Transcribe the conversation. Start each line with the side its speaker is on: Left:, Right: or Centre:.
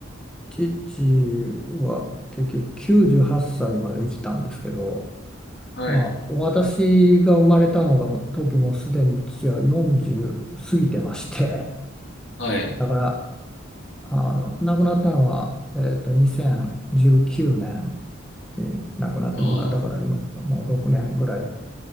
Centre: 父は結局98歳まで生きたんですけど、
Left: はい、
Centre: まあ、私が生まれたのがも時もうすでに父は40過ぎてまして、
Left: はい。
Centre: だから、あの、亡くなったのは、えーと、2019年に亡くなってもうな、
Left: ああ、
Centre: だから今もう6年ぐらい